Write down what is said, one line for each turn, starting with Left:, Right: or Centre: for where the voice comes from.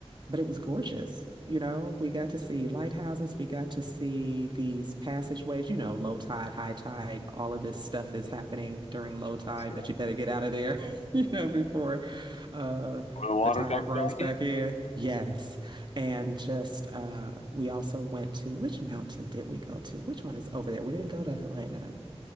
Right: but it was gorgeous. You know, we got to see lighthouses, we got to see these passageways, you know, low tide, high tide, all of this stuff is happening during low tide,
Left: Sure.
Right: but you better get out of there, <laughs> you know, before uh
Left: when the water
Right: the tide
Left: comes
Right: rolls
Left: back
Right: back
Left: in,
Right: in. Yes. And just uh we also went to which mountain did we go to? Which one is over there? We didn't go to Helena,